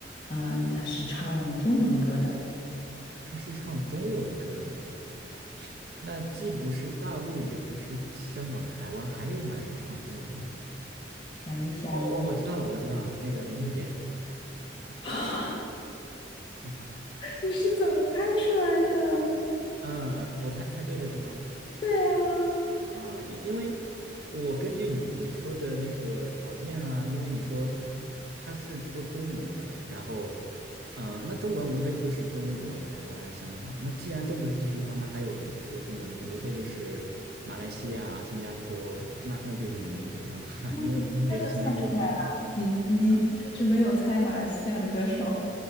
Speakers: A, on the left; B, on the right.
A: 嗯，他是唱中文歌的。
B: 他是唱中文歌的，那既不是大陆，也不是香港、台湾，还有哪是唱中文的呢？
A: 想一想，
B: 哦，我我知道了，我知道了，那个林俊杰
A: <gasps> 啊
B: 是吗？
A: 你是怎么猜出来的？
B: 嗯嗯，我猜猜对了是吗？
A: 对啊，那
B: 啊，因因为我根据你你说的那个条件啊，因为你说他是说中文的，然后，呃，那中文无非就是中国、台湾、香港，那既然都不是这些地方，那还有哪些说中文的？无非就是马来西亚、新加坡，那那就是林俊杰了嘛，<laughs> 因为林俊杰是新加坡籍的，
A: 你一猜就猜出来了，你你甚至没有猜马来西亚的歌手。
B: 嗯，